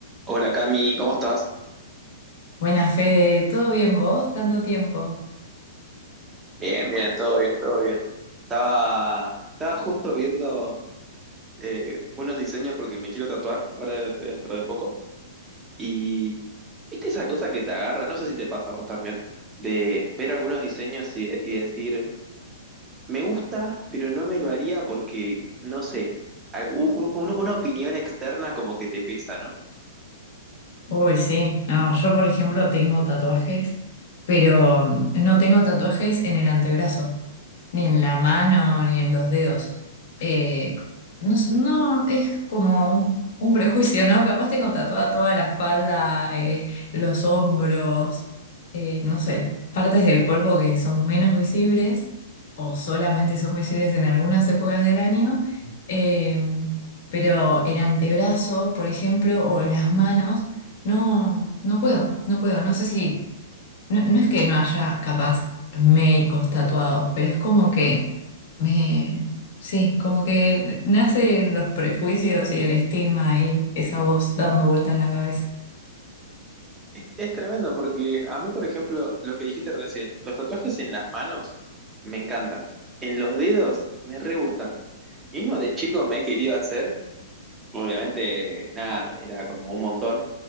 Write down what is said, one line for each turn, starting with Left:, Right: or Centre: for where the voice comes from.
Right: Hola Cami, ¿cómo estás?
Left: Buena Fede, ¿todo bien vos? ¿Tanto tiempo?
Right: Bien, bien, todo bien, todo bien. Estaba, estaba justo viendo eh, unos diseños porque me quiero tatuar ahora de- dentro de poco. Y viste esa cosa que te agarra, no sé si te pasa a vos también, de ver algunos diseños y, y decir, me gusta, pero no me lo haría porque, no sé, al- u- u- un- una opinión externa como que te pesa, ¿no?
Left: Uy, sí, no, yo por ejemplo tengo tatuajes, pero mm, no tengo tatuajes en el antebrazo. ni en la mano, ni en los dedos. Eh, no, s- no, es como un, un prejuicio, ¿no? Capaz tengo tatuada toda la espalda, eh, los hombros, eh, no sé, partes del cuerpo que son menos visibles o solamente son visibles en algunas épocas del año. Eh, pero el antebrazo, por ejemplo, o las manos, no, no puedo, no puedo. No sé si no, no es que no haya capaz médicos tatuados, pero es como que me, sí, como que nacen los prejuicios y el estigma y esa voz dando vuelta en la cabeza.
Right: Es tremendo porque a mí, por ejemplo, lo que dijiste recién, los tatuajes en las manos me encantan, en los dedos me re gustan. Y Mismo de chico me he querido hacer, obviamente, nada, me era como un montón,